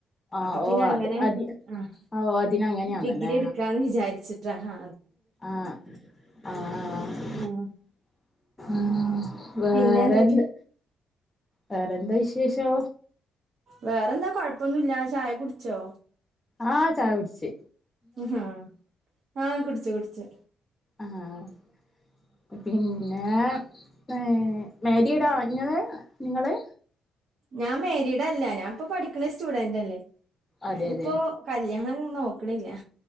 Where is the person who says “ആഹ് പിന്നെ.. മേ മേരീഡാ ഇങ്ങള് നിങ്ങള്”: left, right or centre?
Left